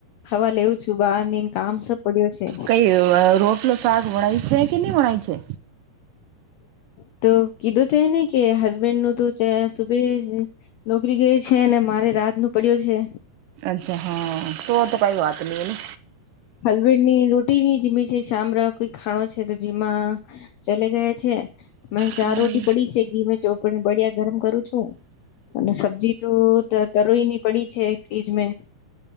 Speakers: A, on the left; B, on the right.
A: હવા લેવું છું બાર કામ સબ પડ્યો છે
B: કઈ રોટલો શક વણાય છે કે નહી વણાય છે
A: <inaudible> તો કીધું ત ને કે હસબેન્ડ નું તો સુભે નોકરી ગઈ છે અને મારે રાત નું પડ્યો છે
B: અચ્છા હા તો તો કઈ વાત નહી ને
A: હલવી ની રો ની જીમી છે શામળ કોઈ ખાણો છે તો જીમાં ચલે ગયા છે મ ચાર
B: હમ
A: રોટી પડી છે ઘી મે ચોપડી બળિયા ગરમ કરું છું અને સબ્જી તો તરોઈ ની પડી છે ફ્રીજ મે